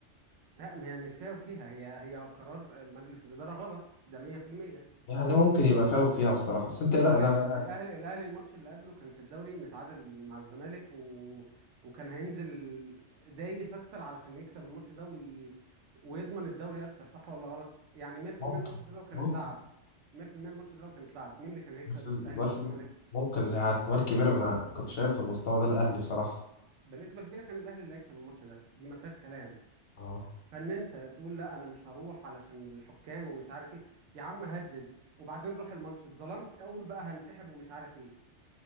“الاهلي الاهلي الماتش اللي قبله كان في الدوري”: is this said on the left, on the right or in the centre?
Right